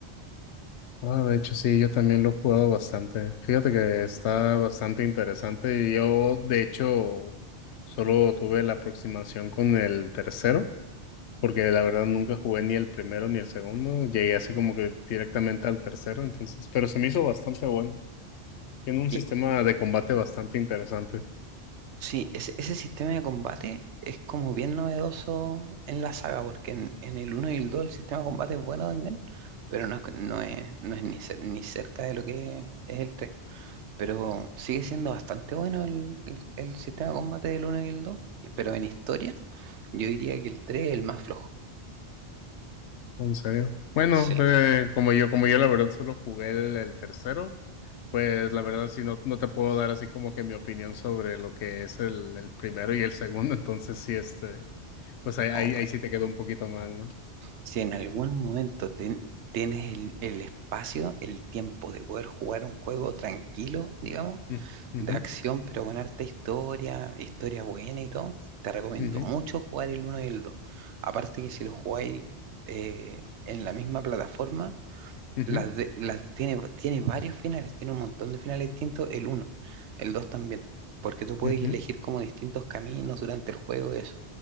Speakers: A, on the left (about 80°); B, on the right (about 85°).
A: Ah, de hecho, sí, yo también lo he jugado bastante. Fíjate que está bastante interesante. Yo, de hecho, solo tuve la aproximación con el tercero, porque la verdad nunca jugué ni el primero ni el segundo. Llegué así como que directamente al tercero, entonces, pero se me hizo bastante bueno. Tiene un
B: Y
A: sistema de combate bastante interesante.
B: sí, ese, ese sistema de combate es como bien novedoso en la saga, porque en, en el uno y el 2 el sistema de combate es bueno también, pero no es, no es, no es ni, cer- ni cerca de lo que es el 3. Pero sigue siendo bastante bueno el, el- el sistema de combate del uno y el dos Pero en historia, yo diría que el 3 es el más flojo.
A: ¿En serio? Bueno,
B: Sí,
A: eh, como yo, como yo la verdad solo jugué el, el tercero, pues la verdad sí no, no te puedo dar así como que mi opinión sobre lo que es el, el primero y el segundo, <laughs> entonces sí, este, pues ahí, ahí,
B: No,
A: ahí sí te quedó un poquito mal, ¿no?
B: si en algún momento ten- tienes el, el espacio, el tiempo de poder jugar un juego tranquilo, digamos,
A: Mm, ujú,
B: de acción, pero con harta historia, historia buena y todo, te recomiendo
A: ujú,
B: mucho jugar el uno y el dos Aparte que si lo jugáis eh, en la misma plataforma,
A: ujú,
B: Las de- las tiene, tiene varios finales, tiene un montón de finales distintos, el uno el 2 también, porque tú puedes
A: ujú,
B: elegir como distintos caminos durante el juego y eso.